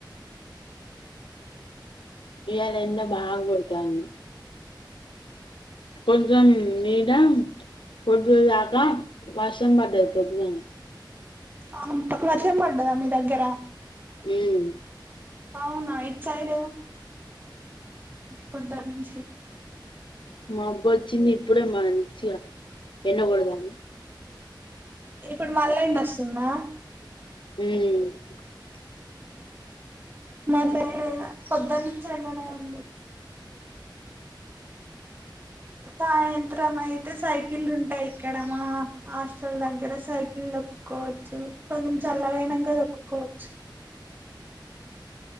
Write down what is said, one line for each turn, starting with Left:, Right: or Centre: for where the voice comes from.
Left: ఇయ్యాలెండ బాగా కొడతాంది కొంచెం నీడ పొదుపోయక వర్షం బడది పొదుపోయింది
Right: ఆంత వర్షం బడ్డదా మీ దగ్గర
Left: ఉమ్
Right: అవునా ఇటు సైడ్ పొదట్నుంచి
Left: మబ్బొచ్చింది ఇప్పుడే మంచిగా ఎండ కొడతాంది
Right: ఇప్పుడు మళ్ళీ ఎండ వస్తుందా
Left: ఉమ్మ్
Right: మా సైడిగా పొద్దనుంచి ఎండనే ఉంది సాయంత్రం అయితే సైకిలుంటాయిక్కడ మా ఆస్టల్ దగ్గర సైకిల్ తొక్కుకోవచ్చు కొంచల్లగయినంకా తొక్కుకోవచ్చు